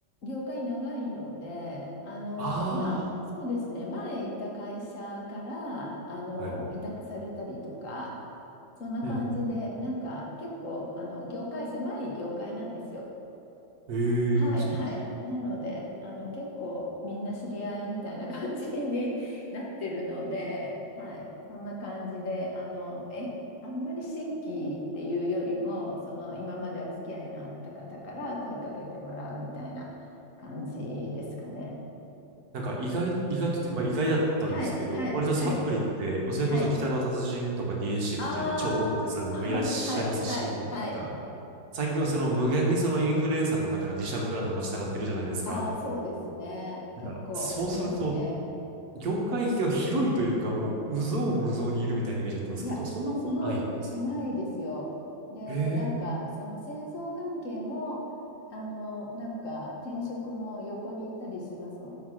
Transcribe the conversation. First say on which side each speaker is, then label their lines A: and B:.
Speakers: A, on the left; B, on the right.
A: 業界長いので、あの、
B: あ
A: まあ、そうですね。前行った会社から、あの、
B: あー、はいはい。
A: 委託されたりとか、そんな感じで、
B: うんうん
A: なんか、結構、あの、業界、狭い業界なんですよ。
B: うん。ええそうなんです。
A: はい、はい。なので、あの、結構みんな知り合いみたいな感じに <laughs> なってるので、はい、そんな感じで、あの、え、あんまり新規っていうよりも、その、今までお付き合いのあった方から声かけてもらうみたいな感じですかね。
B: なんか意外、意外とって、まあ意外だったんですけど、
A: はい、はい、
B: 割とサプリって、
A: はい、
B: それこそ北の達人とか
A: はい。
B: d h c
A: ああ、
B: みたいな超大手さんもいらっしゃいますし、
A: はい、はい、はい、はい。
B: なんか最近はその無限にそのインフルエンサーの方が自社ブランド持ちたがってるじゃないですか。
A: ああ、そうですね。
B: なんかそうすると、
A: 結構ありますね。
B: 業界が広いというかもう、有象無象にいるみたいなイメージだったんですけど、
A: いや、
B: そんなこともないんです。
A: すごい狭いですよ。で、
B: へえ。
A: なんか、その戦争関係も、あの、なんか、転職も横に行ったりしますも